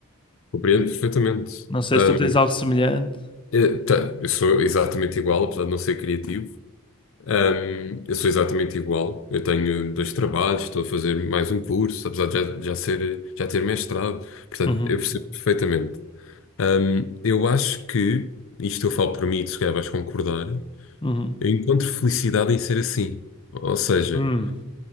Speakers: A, on the left; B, on the left.
A: Compreendo perfeitamente.
B: Não sei
A: Hum,
B: se tu tens algo semelhante.
A: eh, tá, eu sou exatamente igual, apesar de não ser criativo. Ahm, eu sou exatamente igual. Eu tenho dois trabalhos, estou a fazer mais um curso, apesar de já, já ser, já ter mestrado. Portanto,
B: Uhum,
A: eu percebo perfeitamente. Hum, eu acho que, isto eu falo por mim, e tu se calhar vais concordar,
B: uhum.
A: eu encontro felicidade em ser assim. Ou seja,
B: Hum,